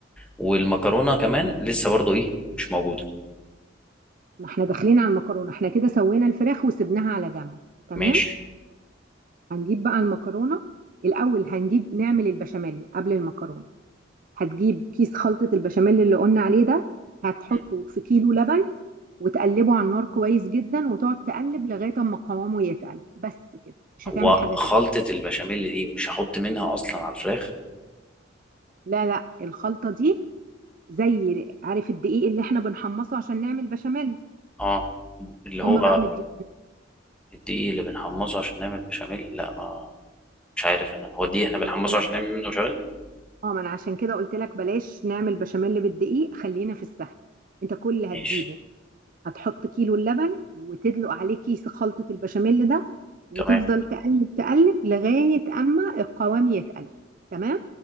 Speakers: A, in the centre; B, on the right.
A: والمكرونه كمان لسه برضو ايه مش موجوده
B: ما احنا داخلين على المكرونة احنا كده سوينا الفراخ وسبناها على جنب تمام
A: ماشي
B: هنجيب بقى المكرونة الأول هنجيب نعمل البشاميل قبل المكرونة هتجيب كيس خلطة البشاميل اللي قلنا عليه ده هتحطه
A: مم.
B: في كيلو لبن وتقلبه على النار كويس جدا وتقعد تقلب لغاية اما قوامه يتقل بس كده مش
A: هو
B: هتعمل حاجة
A: خلطه
B: تاني
A: البشاميل دي مش هحط منها اصلا على الفراخ
B: لا لا الخلطة دي زي عارف الدقيق اللي احنا بنحمصه عشان نعمل بشاميل
A: اه اللي هو
B: هم بقى مدي
A: الدقيق اللي بنحمصه عشان نعمل بشاميل لا ما مش عارف انا هو الدقيق احنا بنحمصه
B: من-
A: عشان نعمل منه بشاميل
B: اه ما انا عشان كده قلت لك بلاش نعمل بشاميل بالدقيق خلينا في السهل انت كل اللي هتجيبه
A: ماشي
B: هتحط كيلو اللبن وتدلق عليه كيس خلطة البشاميل ده وتفضل
A: تمام
B: تقلب تقلب لغاية أما القوام يتقل تمام